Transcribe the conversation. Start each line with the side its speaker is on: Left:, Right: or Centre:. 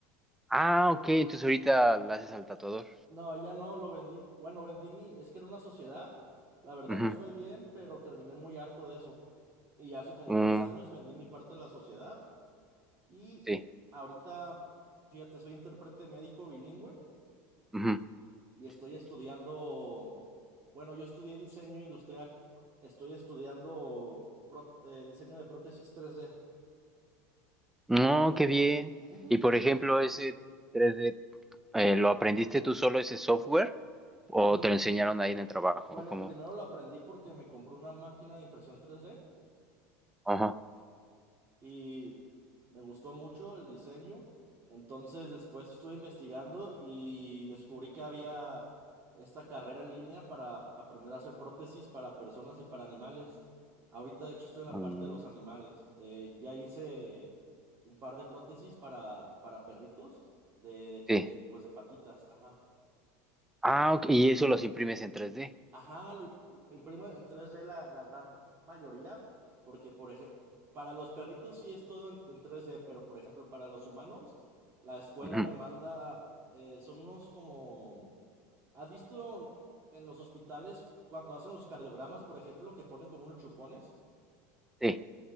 Centre: Ah, ok, entonces ahorita la haces al tatuador.
Right: No, ya no lo vendí. Bueno, vendí mi, es que era una sociedad. La verdad
Centre: Ujú,
Right: nos fue bien, pero terminé muy harto de eso. Y hace como
Centre: mm,
Right: tres años vendí mi parte de la sociedad. Y
Centre: sí.
Right: ahorita, fíjate, soy intérprete médico bilingüe.
Centre: ujú.
Right: y estoy estudiando, bueno, yo estudié diseño industrial, estoy estudiando pró- eh, diseño de prótesis tres d
Centre: No, qué bien.
Right: Ujú,
Centre: Y por
Right: ujú.
Centre: ejemplo, ese tres d eh, ¿lo aprendiste tú solo ese software? ¿O
Right: Mm,
Centre: te lo enseñaron ahí en el trabajo?
Right: Bueno,
Centre: ¿Cómo?
Right: primero lo aprendí porque me compré una máquina de impresión tres d
Centre: Ajá.
Right: y me gustó mucho el diseño. Entonces después estuve investigando y descubrí que había esta carrera en línea para aprender a hacer prótesis para personas y para animales. Ahorita de hecho estoy en la
Centre: mm,
Right: parte de los animales. Eh, ya hice un par de prótesis para, para perritos de, de pi-
Centre: sí.
Right: de, pues de patitas. Ajá.
Centre: Ah, ok, y eso los imprimes en tres d
Right: Ajá, lo- lo imprime en tres d la, la gran mayoría, porque por ejemplo, para los perritos sí es todo en, en tres d pero por ejemplo, para los humanos, la escuela
Centre: Ujú,
Right: me manda, eh, son unos como, ¿has visto en los hospitales cuando hacen los cardiogramas, por ejemplo, que ponen como unos chupones?
Centre: Sí.